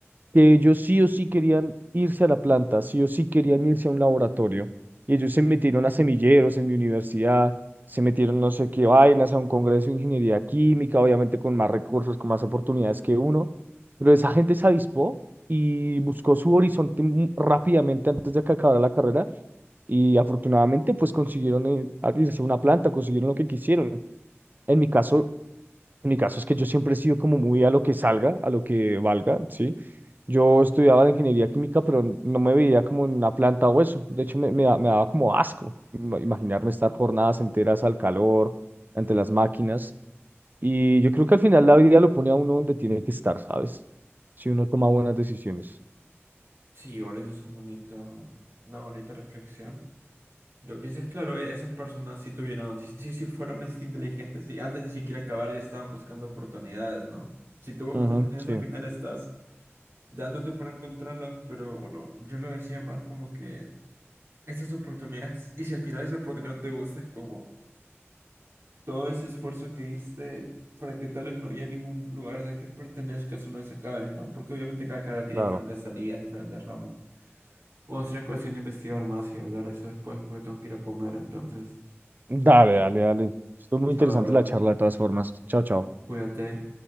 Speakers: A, on the right; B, on the right.
A: que ellos sí o sí querían irse a la planta, sí o sí querían irse a un laboratorio, y ellos se metieron a semilleros en mi universidad, se metieron no sé qué vainas a un congreso de ingeniería química, obviamente con más recursos, con más oportunidades que uno, pero esa gente se avispó. y buscó su horizonte mu- rápidamente antes de que acabara la carrera y afortunadamente pues consiguieron eh, irse a una planta, consiguieron lo que quisieron. En mi caso, en mi caso es que yo siempre he sido como muy a lo que salga, a lo que valga, ¿sí? Yo estudiaba la ingeniería química, pero n- no me veía como en una planta o eso. De hecho, me, me, da- me daba como asco ima- imaginarme estar jornadas enteras al calor, ante las máquinas. Y yo creo que al final la vida lo pone a uno donde tiene que estar, ¿sabes? Si uno toma buenas decisiones.
B: Sí, igual eso es un bonito, una bonita reflexión. Lo que dices, claro, e- esas personas sí tuvieron, sí, sí, sí fueron este, inteligentes y antes de siquiera acabar ya estaban buscando oportunidades, ¿no? Si tú buscas
A: Ujú,
B: oportunidades
A: sí,
B: al final estás dándote para encontrarlas, pero bueno, yo lo decía más como que esas oportunidades, y si al final esa oportunidad no te gusta, es como todo ese esfuerzo que diste para que tal vez no haya ningún lugar de que pertenezcas o no se acabe, ¿no? Porque obviamente cada carrera tiene
A: claro.
B: diferentes salidas, diferentes ramos. O sería cuestión de investigar más y hablar de eso después porque tengo que ir a comer, entonces,
A: Dale, dale, dale. Estuvo muy
B: chao,
A: interesante
B: bro.
A: la charla de todas formas. Chao, chao.
B: Cuídate.